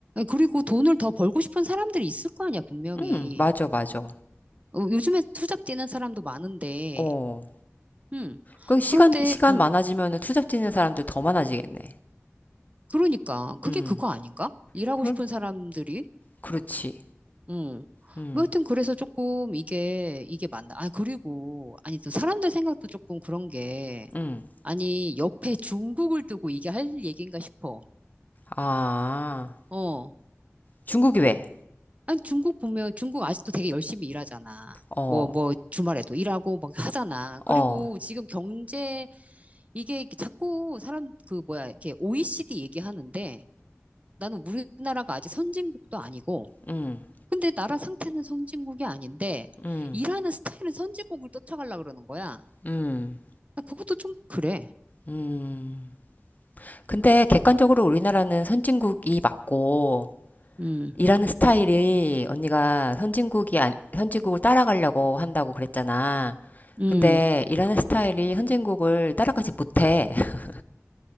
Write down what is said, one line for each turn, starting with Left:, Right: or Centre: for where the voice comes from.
Right: 그리고 돈을 더 벌고 싶은 사람들이 있을 거 아니야, 분명히.
Left: 응, 맞아, 맞아.
Right: 어, 요즘에 투잡 뛰는 사람도 많은데,
Left: 어.
Right: 음.
Left: 그 시간,
Right: 그런데,
Left: 시간
Right: 음.
Left: 많아지면은 투잡 뛰는 사람들 더 많아지겠네.
Right: 그러니까, 그게
Left: 음.
Right: 그거 아닌가? 일하고
Left: 그,
Right: 싶은 사람들이,
Left: 그렇지.
Right: 음.
Left: 음,
Right: 뭐 하여튼 그래서 조금 이게, 이게 맞나. 아, 그리고, 아니, 또 사람들 생각도 조금 그런 게,
Left: 음.
Right: 아니, 옆에 중국을 두고 이게 할 얘기인가 싶어.
Left: 아,
Right: 어.
Left: 중국이 왜?
Right: 아니, 중국 보면, 중국 아직도 되게 열심히 일하잖아.
Left: 어,
Right: 뭐, 뭐, 주말에도 일하고 막 하잖아. 그리고
Left: 어,
Right: 지금 경제 이게 자꾸 사람 그 뭐야 이렇게 OECD 얘기하는데 나는 우리나라가 아직 선진국도 아니고
Left: 음,
Right: 근데 나라 상태는 선진국이 아닌데
Left: 음,
Right: 일하는 스타일은 선진국을 쫓아가려 그러는 거야.
Left: 음,
Right: 나 그것도 좀 그래.
Left: 음. 근데 객관적으로 우리나라는 선진국이 맞고,
Right: 음,
Left: 일하는 스타일이 언니가 선진국이, 안- 선진국을 따라가려고 한다고 그랬잖아.
Right: 음.
Left: 근데 일하는 스타일이 선진국을 따라가지 못해. <laughs>